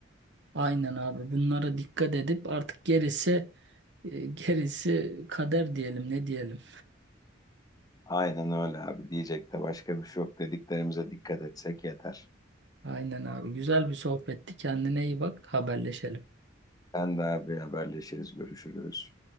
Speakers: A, on the right; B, on the left.
A: Aynen abi bunlara dikkat edip artık gerisi e, gerisi kader diyelim ne diyelim.
B: Aynen öyle abi. Diyecek de başka bir şey yok. Dediklerimize dikkat etsek yeter.
A: Aynen abi güzel bir sohbetti kendine iyi bak haberleşelim.
B: Sen de abi haberleşiriz, görüşürüz.